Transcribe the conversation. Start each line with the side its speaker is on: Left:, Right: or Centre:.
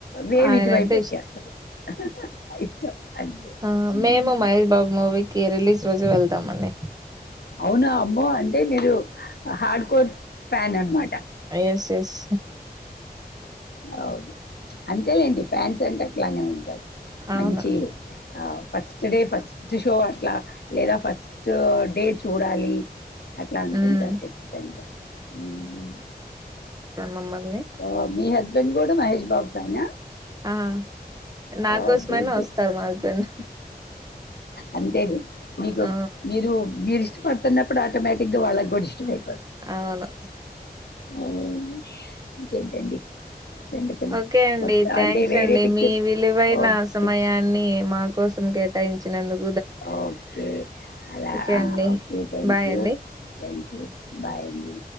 Left: వేవ్
Right: ఆయనంటే
Left: ఇటు వైపు వచ్చేస్తది అహహహ ఇష్టం అంతే
Right: ఆహ్
Left: ఉమ్.
Right: మేము మహ్ ష్ బాబు మూవీకి రిలీజ్ రోజే వెళ్తామండి
Left: అవునా అమ్మో అంటే మీరు హార్డ్ కోర్స్ ఫ్యాన్ అన్నమాట
Right: ఎస్ ఎస్
Left: అవును అంతేలేండి ఫ్యాన్స్ అంటే అట్లానే ఉ టది
Right: అవును
Left: మంచి ఆహ్ ఫస్ట్ డే ఫస్ట్ షో అట్ల లేదా ఫస్ట్ డే చు చూడాలి అట్లా అనుకుంటారు
Right: మ్మ్
Left: ఖచ్చితంగా హ్మ్ హు
Right: మమ్మల్
Left: హా మీ హస్బెండ్ గూడా మహేష్ బాబ్ ఫ్యానా
Right: ఆహ్ నా
Left: ఓ
Right: కోసమైనా
Left: గుడ్ గుడ్
Right: వస్తారు మా హస్బెండ్
Left: అంతేలే మీకు
Right: ఆ
Left: మీరు మీఇస్ ష్ట పడుతున్నప్పుడు ఆటోమేటిక్గా వాళ్ళ గూడా ఇష్టంమే
Right: అవును
Left: అవును ఇంకేంటండి సంగతులు
Right: ఓకే అండి
Left: కొత్త
Right: థ్యాంక్స్
Left: అంటే వేరే
Right: అండి
Left: పిక్చర్స్
Right: మీ విలువైన
Left: ఓకే
Right: సమయాన్ని మా కోసం కేటాయించి నందుకు
Left: ఓకే అలా
Right: ఓకే అండి
Left: ఓకే థ్యాంక్
Right: బాయ్
Left: యు
Right: అండి
Left: థ్యాంక్ యు బాయ్ అండి